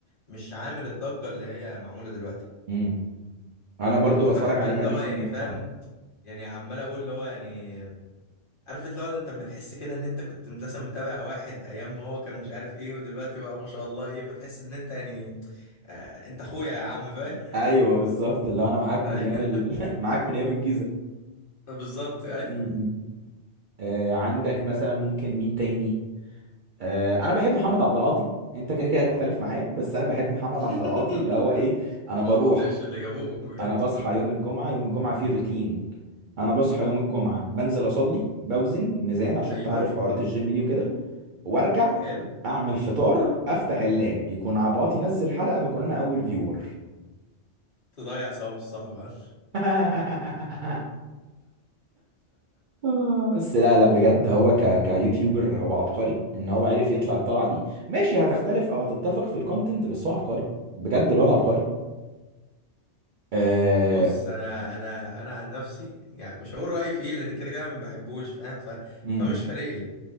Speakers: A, on the left; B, on the right.
A: مش عامل الضجه اللي هي معموله دلوقتي
B: امم انا برضو
A: وكنت
B: بتفرج
A: فاكر بقى
B: عليه
A: ان
B: بقالي
A: هو
B: سنين
A: يعني فاهم
B: بصراحه
A: يعني عمال اقول اللي هو يعني عارف اللي هو انت لما تحس كده ان انت كنت مثلا متابع واحد ايام ما هو كان مش عارف ايه ودلوقتي بقى ما شاء الله ايه فتحس ان انت يعني آه، انت اخويا يا عم فاهم
B: ايوه بالظبط اللي هو انا معاك
A: <laughs> ايوه
B: من ايام ال... <laughs> معاك من ايام الجيزه
A: بالظبط ايوه
B: امم آه عندك مثلا ممكن مين تاني آه انا بحب محمد عبد العاطي انت كده كده هتختلف معايا بس انا بحب محمد
A: <laughs>
B: عبد العاطي اللي هو ايه انا بروح
A: ما بطيقش اللي جابوه بجد
B: انا بصحى
A: <laughs>
B: يوم الجمعه يوم الجمعه فيه روتين انا بصحى يوم الجمعه بنزل اصلي بوزن ميزان عشان
A: ايوه
B: انت عارف حوارات الجيم دي وكده وارجع
A: حلو
B: اعمل فطار افتح اللاب يكون عباطي نزل حلقه بكون انا اول فيور
A: تضيع ثواب الصلاه بقى
B: <laughs> آه، بس لا لا بجد هو ك كيوتيوبر هو عبقري ان هو عرف يطلع الطلعه دي ماشي هتختلف او هتتفق في الكونتنت بس هو عبقري بجد الواد عبقري آه
A: بص انا انا انا عن نفسي يعني مش هقول رايي فيه لان كده كده ما بحبوش فاهم ف...
B: امم
A: فمش فارق لي